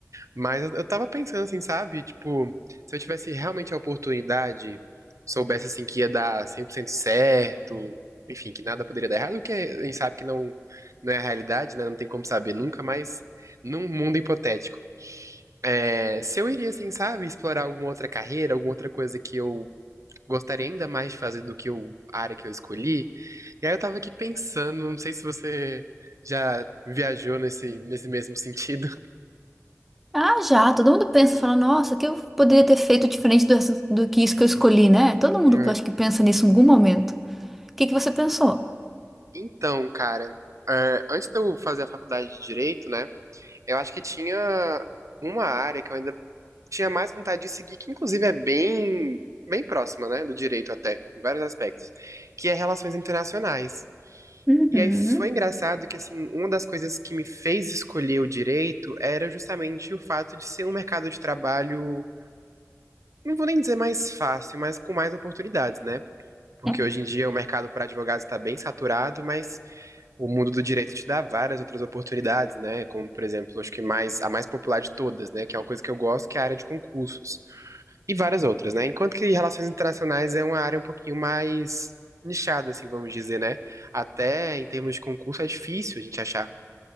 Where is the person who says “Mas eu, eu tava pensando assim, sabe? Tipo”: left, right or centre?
Right